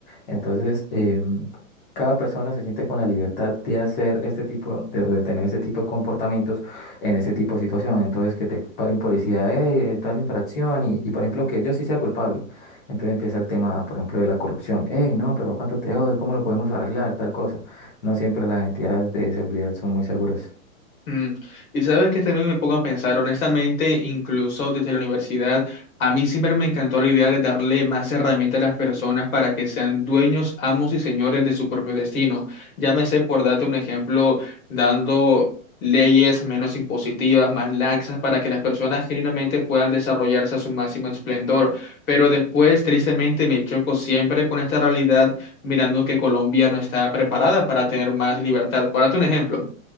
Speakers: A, on the left; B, on the left.
A: Entonces, em, cada persona se siente con la libertad de hacer este tipo, de, de tener este tipo de comportamientos en ese tipo de situación. Entonces, que te pare un policía, hey, tal infracción, y, y por ejemplo, que yo sí sea culpable. Entonces empieza el tema, por ejemplo, de la corrupción. Hey, no, pero ¿cuánto te doy? ¿Cómo lo podemos arreglar? Tal cosa. No siempre las entidades de seguridad son muy seguras.
B: Mm, Y sabes que también me pongo a pensar, honestamente, incluso desde la universidad, a mí siempre me encantó la idea de darle más herramientas a las personas para que sean dueños, amos y señores de su propio destino. Llámese, por darte un ejemplo, dando leyes menos impositivas, más laxas, para que las personas genuinamente puedan desarrollarse a su máximo esplendor. Pero después, tristemente, me choco siempre con esta realidad, mirando que Colombia no está preparada para tener más libertad. Por darte un ejemplo.